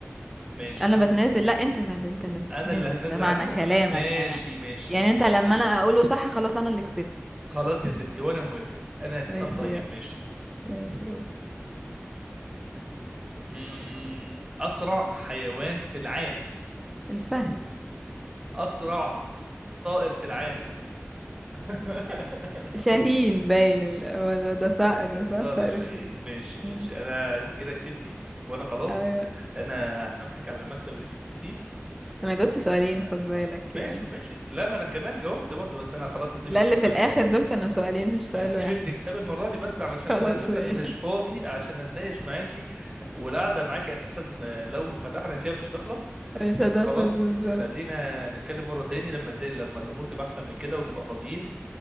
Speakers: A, on the right; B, in the centre.
A: ماشي
B: انا
A: بص
B: بتنازل لا انت اللي هت... انت اللي هتتنازل
A: انا اللي هتنازل
B: ده معنى
A: عنه
B: كلامك
A: ماشي
B: يعني
A: ماشي
B: يعني
A: ماشي
B: انت لما انا اقوله صح خلاص انا اللي كسبت
A: خلاص يا ستي وانا موافق انا اساسا
B: ماشي
A: طيب
B: يلا
A: ماشي
B: ماشي يلا.
A: امم اسرع حيوان في العالم
B: الفهد
A: اسرع طائر في العالم <laughs>
B: شاهين باين ال... هو ده, ده صقر
A: صار
B: صح صقر
A: الشهيد
B: الشاهين
A: ماشي ماشي
B: مم.
A: انا انت كده كسبتي وانا خلاص
B: ايوه
A: انا هسامحك على المكسب اللي انت كسبتيه
B: انا جبت
A: و
B: سؤالين
A: آه،
B: خد بالك
A: ماشي
B: يعني
A: ماشي لا ما انا كمان جاوبت برضه بس انا خلاص هسيبك
B: لا
A: تكسب
B: اللي في الاخر
A: المره
B: دول
A: دي
B: كانوا سؤالين مش سؤال
A: هسيبك
B: واحد
A: تكسبي المرة دي بس علشان
B: خلاص
A: أنا أساسا
B: ماشي
A: مش فاضي عشان أتناقش معاكي والقعدة معاكي أساسا لو فتحنا فيها مش هتخلص
B: مش
A: بس
B: هتخلص
A: خلاص
B: بالظبط
A: خلينا نتكلم مرة تاني لما الدنيا لما الأمور تبقى أحسن من كده ونبقى فاضيين